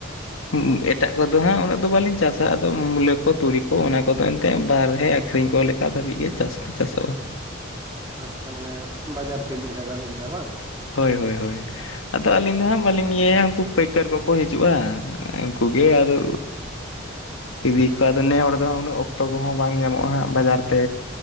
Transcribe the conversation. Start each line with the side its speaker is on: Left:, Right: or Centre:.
Left: <unintelligible> ᱮᱴᱟᱜ ᱠᱚᱫᱚ ᱦᱟᱸᱜ ᱩᱱᱟᱹᱜ ᱫᱚ ᱵᱟᱞᱤᱧ ᱪᱟᱥᱟ ᱟᱫᱚ ᱢᱩᱞᱟᱹ ᱠᱚ, ᱛᱩᱲᱤ ᱠᱚ, ᱚᱱᱟ ᱠᱚᱫᱚ ᱮᱱᱛᱮ ᱵᱟᱨᱦᱮ ᱟᱠᱷ ᱠᱷᱨᱤᱧ ᱠᱚ ᱞᱮᱠᱟ ᱫᱷᱟᱹᱵᱤᱡ ᱜᱮ ᱪᱟᱥ ᱫᱚ ᱪᱟᱥᱚᱜᱼᱟ᱾
Right: ᱟᱪᱪᱷᱟ ᱢᱟᱱᱮ ᱵᱟᱡᱟᱨ ᱛᱮ ᱤᱫᱤ ᱞᱮᱠᱟ ᱜᱟᱱᱚᱜ ᱜᱮᱭᱟ ᱵᱟᱝ?
Left: ᱦᱳᱭ ᱦᱳᱭ ᱦᱳᱭ, ᱟᱫᱚ ᱟᱹᱞᱤᱧ ᱫᱚ ᱦᱟᱸᱜ ᱵᱟᱹᱞᱤᱧ ᱤᱭᱟᱹᱭᱟ ᱩᱝᱠᱩ ᱯᱟᱹᱭ ᱠᱟᱹᱨ ᱠᱚᱠᱚ ᱦᱤᱡᱩᱜᱼᱟ, ᱩᱝᱠᱩ ᱜᱮ ᱟᱫᱚ ᱤᱫᱤ ᱠᱚᱣᱟ ᱟᱫᱚ ᱱᱮ ᱦᱚᱲ ᱫᱚ ᱩᱱᱟᱹᱜ ᱚᱠᱛᱚ ᱠᱚᱦᱚᱸ ᱵᱟᱝ ᱧᱟᱢᱚᱜ-ᱟ ᱦᱟᱸᱜ ᱵᱟᱡᱟᱨ ᱛᱮ